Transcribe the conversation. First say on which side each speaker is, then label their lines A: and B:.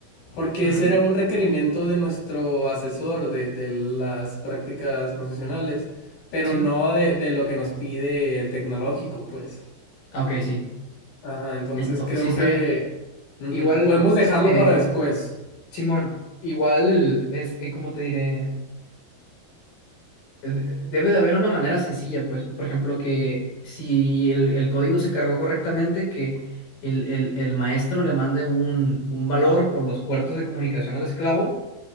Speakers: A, on the left; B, on the left.
A: Porque
B: Ujú,
A: ese era un requerimiento de nuestro asesor de, de las prácticas profesionales, pero
B: Sí.
A: no de, de lo que nos pide el tecnológico, pues.
B: Ah, Ok, sí.
A: Ajá, entonces
B: Entonces,
A: creo
B: sí, está
A: que
B: bien.
A: ujú,
B: Igual,
A: podemos dejarlo
B: eh,
A: para después.
B: Simón, igual es, eh, ¿cómo te diré? de- Debe de haber una manera sencilla, pues, por ejemplo, que si el, el código se cargó correctamente, que el, el- el maestro le mande un, un valor por los puertos de comunicación al esclavo